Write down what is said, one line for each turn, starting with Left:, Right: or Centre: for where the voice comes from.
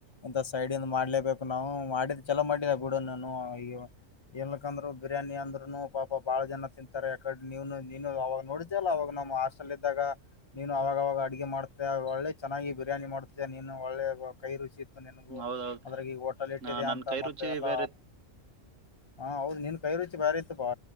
Left: ಇಂತ ಸೈಡ್ ಮಾಡ್ಲೇಬೇಕು ನಾವು ಮಾಡಿದ ಚಲೋ ಮಾಡಿದ ಬಿಡ ನಾನು ಈಗ ಎಲ್ಲಕಂದ್ರು ಬಿರಿಯಾನಿ ಅಂದ್ರುನು ಪಾಪ ಬಾಳ ಜನ ತಿಂತಾರೆ ಯಾಕಡೆ ನೀವನು ನೀನು ಅವವಾಗ ನೋಡಿದ್ದಲ್ಲ ಅವವಾಗ ನವು ಹಾಸ್ಟಲ್ ಇದ್ದಾಗ ನೀನು ಅವಾಗವಾಗ ಅಡಗೆ ಮಾಡ್ತ ಒಳ್ಳೆ ಚೆನ್ನಾಗಿ ಬಿರಿಯಾನಿ ಮಾಡ್ತ ನೀನು ಒಳ್ಳೆ ಕೈ ರುಚಿ ನನ್ಗು
Right: ಹೌದೌದ್
Left: ಅದ್ರಾಗ ಈಗ ಹೋಟೆಲ್ ಇಟ್ಟಿದೆ
Right: ನಾ ನನ್
Left: ಅಂತ
Right: ಕೈ
Left: ಮತ್ತೆ
Right: ರುಚಿ
Left: ಎಲ್ಲ
Right: ಬೇರೆ
Left: ಹಾ ಹೌದು ನಿನ್ ಕೈ ರುಚಿ ಬಾರಿ ಇತ್ತು ಬಾ